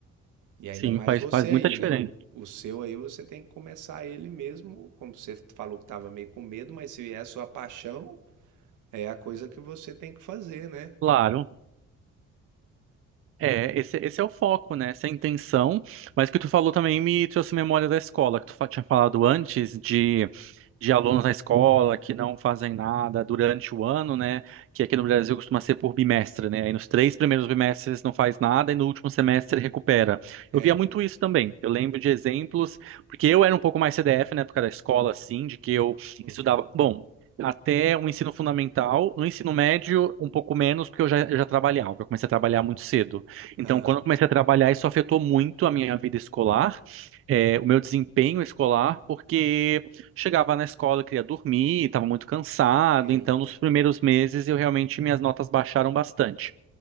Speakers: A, on the right; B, on the right.
A: E ainda
B: Sim,
A: mais
B: faz,
A: você
B: faz
A: aí,
B: muita diferença.
A: né? O, o seu aí você tem que começar ele mesmo, como você falou que estava meio com medo, mas se é a sua paixão, é a coisa que você tem que fazer, né?
B: Claro. É, esse, esse é o foco, né? Essa é a intenção. Mas o que tu falou também me trouxe memória da escola, que tu fa- tinha falado antes de de alunos na escola que não fazem nada durante o ano, né? Que aqui no Brasil costuma ser por bimestre, né? Aí nos três primeiros bimestres não faz nada e no último semestre recupera. Eu
A: É.
B: via muito isso também. Eu lembro de exemplos, porque eu era um pouco mais CDF na época da escola, assim, de que eu
A: Uhum.
B: estudava. Bom. Até o ensino fundamental, no ensino médio, um pouco menos, porque eu já, eu já trabalhava, eu comecei a trabalhar muito cedo. Então,
A: Aham.
B: quando eu comecei a trabalhar, isso afetou muito a minha vida escolar, eh, o meu desempenho escolar, porque chegava na escola, queria dormir, estava muito cansado,
A: Eita.
B: então nos primeiros meses eu realmente minhas notas baixaram bastante.